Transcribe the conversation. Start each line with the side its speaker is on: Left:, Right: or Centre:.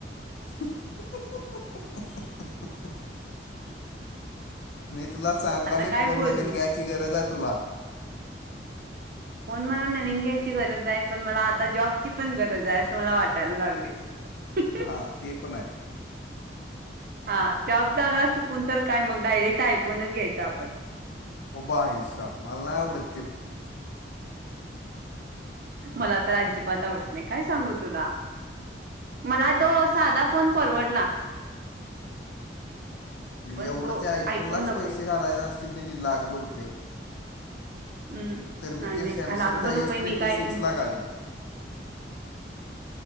Left: <unintelligible> मी तुला सांगायलोय
Right: आता काय
Left: फोन
Right: बोलू
Left: नवीन घ्यायची गरज आहे तुला.
Right: फोन मला नवीन घ्यायची गरज आहे पण मला आता जॉबची पण गरज आहे असं मला वाटायला लागलय. <inaudible>
Left: हां, ते पण हाय.
Right: हा जॉबझाला चुकून तर काय मग डायरेक्ट आयफोनच घ्यायचा आपण.
Left: ओ भाईसाहब मला नाही आवडत त्या.
Right: मला तर अजिबात आवडत नाही काय सांगू तुला. मला तो साधा फोन परवडला.
Left: एवढं
Right: पण तो
Left: ते आयफोनलाच
Right: आयफोन नको
Left: पैसे घालायचे असतील कणी लाख भर रुपये.
Right: हम्म.
Left: तर
Right: नाही
Left: मी ते
Right: नाही
Left: सॅमसंगच्या
Right: लाखभर रुपये
Left: एस
Right: मी
Left: ट्वेंटी
Right: काय
Left: सिक्स ला घालीन.